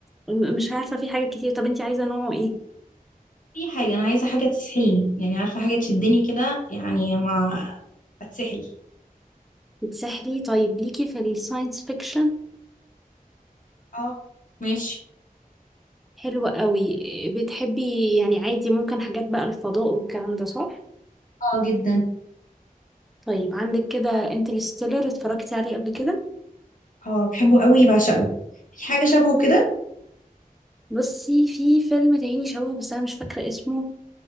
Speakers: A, in the centre; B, on the left.
A: م- مش عارفة في حاجات كتير طب انتي عايزة نوعه ايه؟
B: أي حاجة أنا عايزة حاجة تسحلني، يعني عارفة حاجة تشدني كده يعني ما أتسحل
A: بتسحلي طيب ليكي في الساينس فيكشن
B: اه ماشي
A: حلوة قوي بتحبي يعني عادي ممكن حاجات بقى الفضاء والكلام ده صح؟
B: اه جدا
A: طيب عندك كده انترستيلر اتفرجتي عليه قبل كده؟
B: اه بحبه قوي بعشقه في حاجة شبهه كده
A: بصي في فيلم تاني شبهه بس انا مش فاكرة اسمه